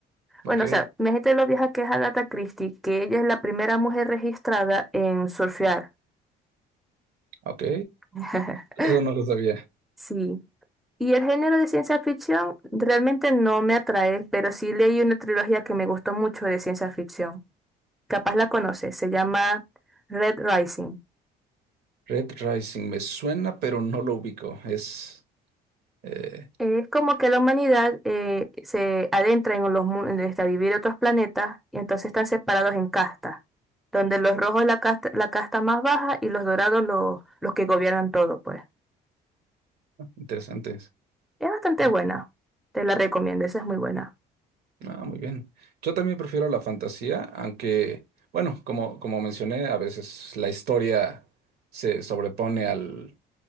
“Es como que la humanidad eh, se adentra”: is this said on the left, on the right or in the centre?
Centre